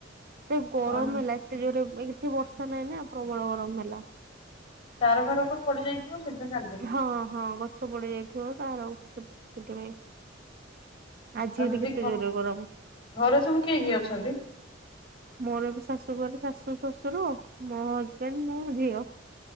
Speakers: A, on the right (about 50°); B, on the left (about 30°).
A: ତ ଗରମ
B: ହୁଁ
A: ହେ ଲାଗତେ ଜୋରେ ଏ ଏଠେ ବର୍ଷା ନାଁ ନା ପ୍ରବଳ ଗରମ ମେଲା
B: ତାର ଘାର ଉପରେ ପଡି ଯାଇଥିବ ସେଥିପାଇଁ କାନ୍ଦଦେଇିବଥିଲେ
A: ହଁ ହଁ ଗଛ ପଡି ଯାଇଥିବ ତାର ସେଥିପାଇଁ ଆଜି
B: ଆଉ
A: ଏଟ
B: ଦିଦି
A: କେତେ
B: ଘ
A: ଜୋରେ ଗରମ
B: ଘରେ ସବୁ କିଏ କିଏ ଅଛନ୍ତି?
A: ମୋର ବି ଶାଶୁ ଘରେ ଶାଶୁ ଶ୍ୱଶୁର ମୋ ହଜବେଣ୍ଡ ମୁଁ ଝିଅ